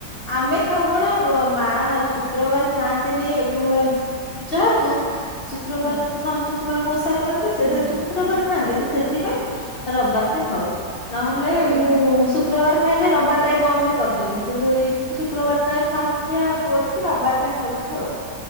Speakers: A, on the left; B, on the right.
A: ଆମେ ଖାଉ ବଡ ମା ଶୁକ୍ରବାର ଖାଆନ୍ତିନି ଉଁ ଯେହେତୁ ଶୁକ୍ରବାର
B: ହଁ
A: ସେ ସନ୍ତୋଷି ମାଙ୍କ ଓଷା କରନ୍ତି ସେଟା
B: ହୁଁ ହୁଁ
A: ଶୁକ୍ରବାର ଖାଆନ୍ତିନି ସେଥିପାଇଁ ରବିବାର ଟା ଖାଉ। ନହେଲେ
B: ଓହୋ ଏମିତି
A: ଶୁକ୍ରବାର ଖାଇଲେ ରବିବାର ଟା ବି ବନ୍ଦ କରିଦିଅନ୍ତୁ କିନ୍ତୁ ଏଇ ଶୁକ୍ରବାର ଟା ଖାଖିଆ ହଉନି ବୋଲିକି ରବିବାର ଟା ଖାଉଚୁ ଆଉ।